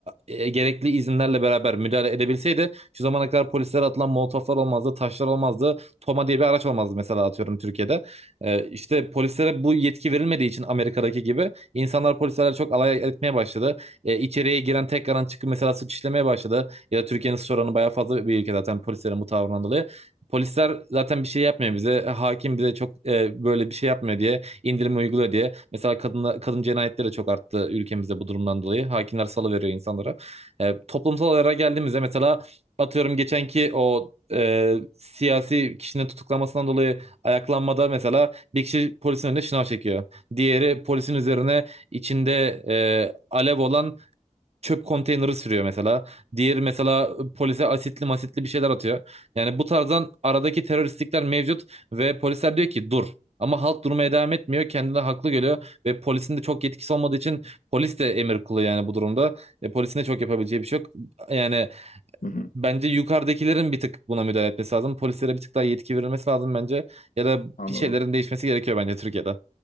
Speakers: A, on the right; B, on the left.
A: e, gerekli izinlerle beraber müdahale edebilseydi şu zamana kadar polislere atılan molotoflar olmazdı, taşlar olmazdı, Toma diye bir araç olmazdı mesela atıyorum Türkiye'de. E, işte polislere bu yetki verilmediği için Amerika'daki gibi insanlar polislerle çok alay etmeye başladı e, içeriye giren tekrardan çıkıp mesela suç işlemeye başladı. Ya da Türkiye'nin suç oranı bayağı fazla bir ülke zaten polislerin bu tavrından dolayı. Polisler zaten bir şey yapmıyor bize. Hakim bize çok e, böyle bir şey yapmıyor diye indirim uyguluyor diye. Mesela kadın kadın cinayetleri de çok arttı ülkemizde bu durumdan dolayı. Hakimler salıveriyor insanlara. E, toplumsal olaylara geldiğimizde mesela atıyorum geçenki o e, siyasi kişinin tutuklanmasından dolayı ayaklanmada mesela bir kişi polisin önüne şınav çekiyor. Diğeri polisin üzerine içinde e, alev olan çöp konteyneri sürüyor mesela. Diğeri mesela polise asitli masitli bir şeyler atıyor. Yani bu tarzdan aradaki teröristlikler mevcut ve polisler diyor ki dur. Ama halk durmaya devam etmiyor. Kendini haklı görüyor ve polisin de çok yetkisi olmadığı için polis de emir kulu yani bu durumda. E, polisin de çok yapabileceği bir şey yok. Yani
B: Hı hı,
A: bence yukarıdakilerin bir tık buna müdahale etmesi lazım. Polislere bir tık daha yetki verilmesi lazım bence. Ya da
B: anladım.
A: bir şeylerin değişmesi gerekiyor bence Türkiye'de.